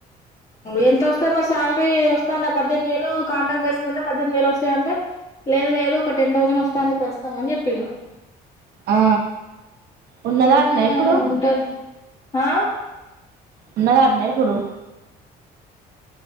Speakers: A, on the left; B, on the right.
A: ఎంతొస్ మొత్తం ఆ శాలరీ వస్తుంది ఆ పద్దెనిమిది వేలు కాంట్రాక్ట్ బేసి ఉంటే పద్దెనిమిది వేలు వస్తాయంటే లేదు లేదు ఒక టెన్ థౌసండ్ వస్తాది ప్రస్తుతం అని చెప్పిండు
B: ఆ ఉన్నదా
A: అయితే
B: అట్నే ఇప్పుడు
A: ఉంటది ఆ
B: ఉన్నద వినాయకుడు